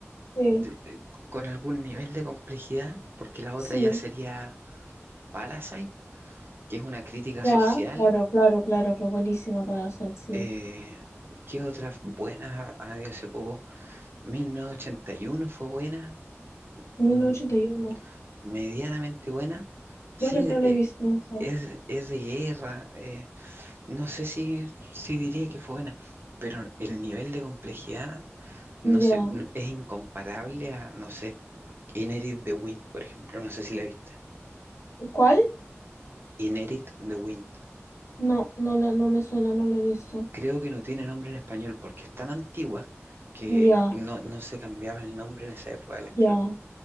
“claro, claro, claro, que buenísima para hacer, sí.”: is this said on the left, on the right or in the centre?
Left